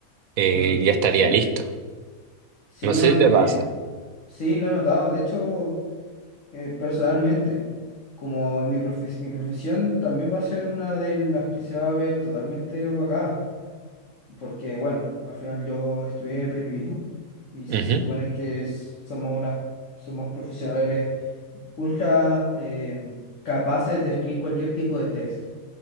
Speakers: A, on the right (about 75°); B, on the left (about 60°).
A: eh,
B: mm,
A: ya estaría
B: sí.
A: listo.
B: Sí,
A: No
B: no,
A: sé
B: eh,
A: si te pasa.
B: sí, lo he notado. De hecho... eh, personalmente, como mi profes- mi profesión también va a ser una de las que se va a ver totalmente opacada, porque bueno, al final yo estudié periodismo y se
A: Ujú.
B: supone que s- somos unas, somos profesionales ultra eh, capaces de escribir cualquier tipo de texto.